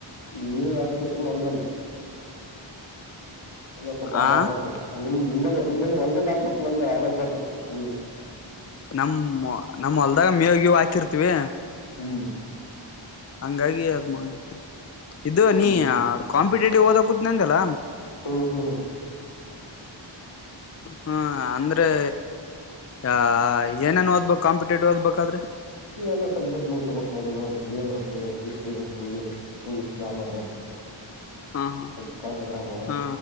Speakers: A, on the left; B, on the left.
A: ನೀವೇ ಹಾಕ್ಬೇಕಲ್ಲ ಅಲ್ಲಲ್ಲ ಒಂದವ ಸ್ವಲ್ಪ ಆದಾಯ
B: ಆ
A: ಬರ್ತ್ದ ನಿಮ್ ನಿಮಲ್ಲಿ ನಿಮ್ಮಲ್ಲಿ ಒಳ್ಳೇ ಹಾಕ್ಬಿಟ್ಟು ಅಮ ಆದಾಯ ಬರ್ತದ ಸ್ವಲ್ಪ ನಿಮಗೆ
B: ನಮ್ ನಮ್ ಹೊಲ್ದಾಗ ಮೇವಗ ಹಾಕಿರ್ತಿವಿ
A: ಹ್ಮ್
B: ಹಂಗಾಗಿ ಅಾವ್ದ್ ಮಾಡಿರ್ತಿವಿ ಇದು ನೀ
A: ಹ್ಮ್
B: ಕಾಂಪಿಟೇಟಿವ್ ಓದಕೂತ್ನ ಅಂತಲ್ಲ
A: ಹ್ಮ್ ಹ್ಮ್
B: ಹಾ ಅಂದ್ರೆ ಅ ಏನೇನ್ ಓದ್ಬೇಕು ಕಾಂಪಿಟೇಟಿವ್ ಓದ್ಬೇಕಾದ್ರೆ
A: ಇದೆಲ್ಲಾ ಸಬ್ಜೆಕ್ಟ್ ಮುಗಿಸಬೇಕು ಮೊದಲು geography history English English grammar
B: ಹಾ ಹಾ
A: ಕನ್ನಡ ಗ್ರಾಮರ
B: ಹಾ